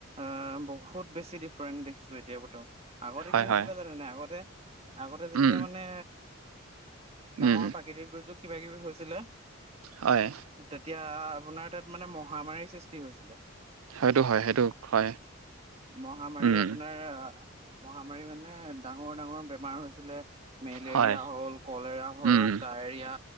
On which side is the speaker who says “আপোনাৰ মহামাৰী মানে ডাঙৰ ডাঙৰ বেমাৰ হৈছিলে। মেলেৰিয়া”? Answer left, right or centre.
Right